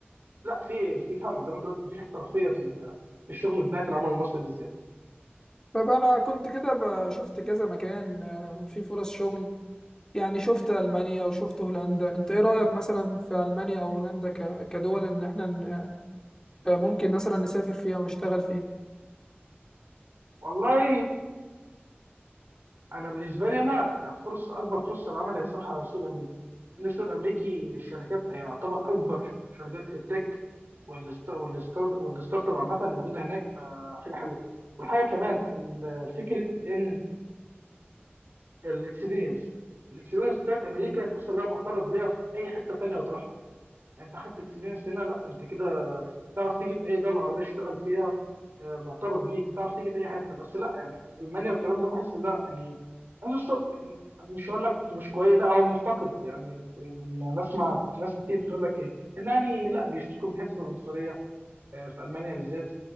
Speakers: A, on the right; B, on the left.
A: لا في في فعلا زي ما انت قلت مفيش احترافيه في ال- في الشغل في بيئه العمل المصري بالذات
B: فأنا كنت كده ب- شفت كذا مكان آه، في فرص شغل يعني شفت ألمانيا وشفت هولندا انت ايه رأيك مثلا في ألمانيا او هولندا ك... كدول ان احنا ن... ممكن مثلا نسافر فيها ونشتغل فيها
A: والله انا بالنسبه لي انا فرصه اكبر فرصه للعمل هي الصراحه على السوق الامريكي لان السوق الامريكي الشركات يعتبر اكبر شركات للتك والست- والستار- والستارت اب عامه موجوده هناك فحاجه حلوه وحاجه كمان ال- فكره ان الاكسبيرينس الاكسبيرينس بتاعت امريكا تحس انها معترف بيها في اي حته تانيه هتروحها يعني انت خدت اكسبيرينس هنا لا انت كده تعرف تيجي في اي دوله عربيه تشتغل فيها آه، معترف بيك تعرف تيجي في اي حته بس لا يعني المانيا والكلام ده بحس لا يعني حاسس السوق مش هقول لك مش كويس لا هو مفتقد يعني أنا بسمع ناس كتير بتقول لك إيه، ان يعني لا بيشتكوا من حته العنصريه آه، في المانيا بالذات